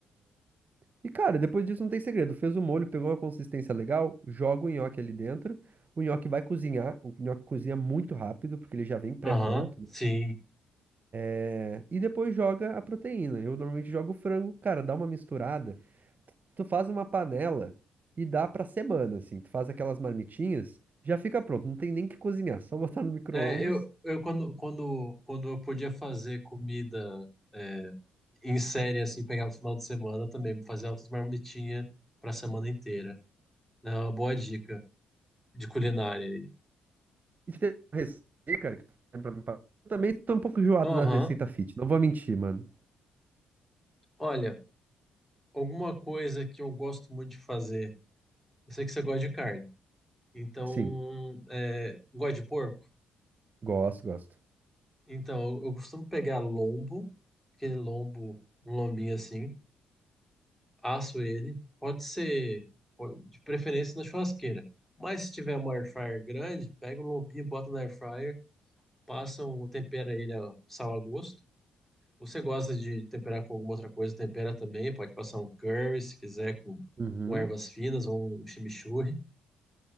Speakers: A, on the right (about 40°); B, in the centre.
A: E cara, depois disso não tem segredo. Fez o molho, pegou uma consistência legal, joga o nhoque ali dentro. O nhoque vai cozinhar, o nhoque cozinha muito rápido, porque ele já vem pré-pronto,
B: Aham.
A: né?
B: Sim.
A: É, E depois joga a proteína. Eu normalmente jogo o frango, cara, dá uma misturada. Tu faz uma panela e dá pra semana, assim. Tu faz aquelas marmitinhas, já fica pronto, não tem nem que cozinhar, só botar no micro-ondas.
B: É, eu, eu quando, quando, quando eu podia fazer comida é, em série, assim, pegava o final de semana também, fazer altas marmitinhas pra semana inteira. É uma boa dica de culinária aí.
A: E se tem uma receita, cara, que tá pra mim pra- eu também tô um pouco enjoado
B: Aham.
A: das receitas fit. Não vou mentir, mano.
B: Olha, alguma coisa que eu gosto muito de fazer. Eu sei que você gosta de carne. Então,
A: Sim,
B: é, gosta de porco?
A: gosto, gosto.
B: Então, eu, eu costumo pegar lombo, aquele lombo, um lombinho assim. asso ele. Pode ser, pode- de preferência na churrasqueira. Mas se tiver uma air fryer grande, pega um lombinho, bota na air fryer, passa um, tempera ele a sal a gosto. Você gosta de temperar com alguma outra coisa, tempera também. Pode passar um curry, se quiser, com,
A: Uhum,
B: com ervas finas ou um chimichurri.